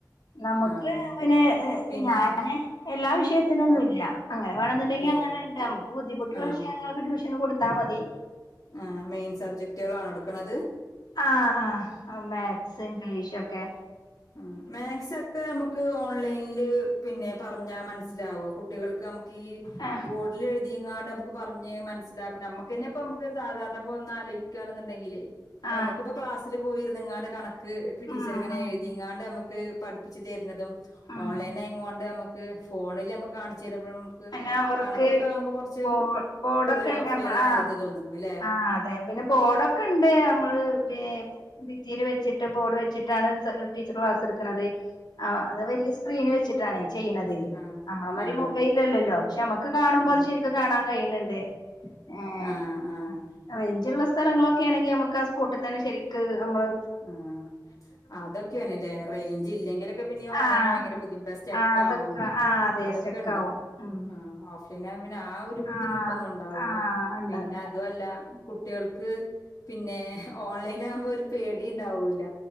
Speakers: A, on the left; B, on the left.
A: നമ്ക്ക്
B: ആഹ്
A: പിന്നെ എഹ്
B: പിന്നെയോ
A: ഞാന് എല്ലാ വിഷയത്തിനൊന്നുല്ല.
B: ഓ
A: അങ്ങനെ വേണംന്ന് ഇണ്ടെങ്കി
B: ഇല്ലേ
A: അങ്ങനെണ്ട്. നമ്മക്ക് ബുദ്ധിമുട്ട്ള്ള
B: ആഹ്
A: വിഷയങ്ങൾക്ക് ട്യൂഷന് കൊടുത്താ മതി.
B: ആഹ് മെയിൻ സബ്ജക്റ്റ്കളാണോ ഇട്ക്ക്ണത്?
A: ആഹ് ആഹ് മാത്സ് ഇംഗ്ലീഷൊക്കെ.
B: മ് മാക്സക്കെ ഞമക്ക് ഓൺലൈൻല് പിന്നെ പറഞ്ഞാ മനസ്സിലാവോ? കുട്ടികൾക്ക് നമുക്കീ
A: ആ
B: ബോ ഡ്ലെയ്‌തിങ്ങാണ്ട് അമ്മക്ക് പർഞ് മനസിലാക്കണ അമ്മക്കാന്നെപ്പ അമ്മക്ക് സാധാരണ ഒന്നാലോയ്ക്കാണ്ടെങ്കിലേ
A: ആ
B: പ്പ അമ്മക്പ്പ ക്ലാസ്സില് പോയിര്ന്ന്ങ്ങാണ്ട് കണക്ക് ടീച്ചറ്ങ്ങനെ
A: ഉം ഉം
B: എ ണ്ട്അമ്മക്ക് പഠിപ്പിച്ച് തര്ണതും
A: ഉം
B: ഓൺലൈനായിങ്ങോണ്ട് അമ്മ ക്ക് ഫോണിലഅമ്മക്ക് കാണിച്ച് തരുമ്പഴും. പ്പ്
A: പിന്നെ അവർക്ക്
B: കണക്കൊക്കെ ആവുമ്പോ കുറച്ച്
A: ബോ ബോർഡൊക്കെ
B: കൂടുതല്
A: ഉണ്ട്
B: ഓഫ്ലൈനാ
A: നമ്മള് ആ
B: നല്ലത് തോന്നുന്നുല്ലെ?
A: ആഹ് അതെ പിന്നെ ബോഡൊക്കണ്ട് അമ്മള് വേ ഭിത്തീല് വെച്ചിട്ട് ബോഡ് വെച്ചിട്ടാണ് ടീച്ചർ ക്ലാസ്ട്ക്ക്ണത്. ആഹ് അത് വല്ല്യ സ്ക്രീന് വെച്ചിട്ടാണ് ചെയ്യ്ണത്
B: ആഹ്
A: അമ്മളമായ്‌രി
B: ആഹ്
A: മുബൈ ല്ലല്ലല്ലോ പക്ഷെ അമ്മക്ക് കാണുമ്പോ
B: ആഹ്
A: അത് ശരിക്ക് കാണകയ്യ്ണ് ണ്ട്. ഏഹ്
B: ആഹ് ആഹ്
A: റേഞ്ച്ള്ള സ്ഥലങ്ങളൊക്കെണെങ്കി അമ്മക്ക് ആ സ്പോട്ട് തന്നെ ശരിക്ക് അമ്മള്
B: ആഹ് അതൊക്കെണ്ല്ലേ റേഞ്ച്ല്ലെങ്കിലൊക്കെ പിന്നെ ഓൺലൈന്
A: ആഹ്
B: ഭയങ്കര ബുദ്ധിമുട്ട സ്റ്റക്കാവും
A: ആഹ് അതൊക്കെ ആഹ് അതെ
B: അതൊക്കെണ്ട്
A: സ്റ്റെക്കാവും ഉം
B: ആഹ് ഓഫ്ലൈനാവുമ്പോൾ പിന്നെ ആ ഒരു ബുദ്ധിമുട്ടൊന്നും
A: ആഹ്
B: ഉണ്ടാവൂല.
A: ആഹ് ഉണ്ടാവില്ല
B: പിന്നെ അതുല്ല കുട്ടികൾക്ക് പിന്നെ ഓൺലൈനാവ്മ്പോ ഒരു പേടിഉണ്ടാവൂല്ല.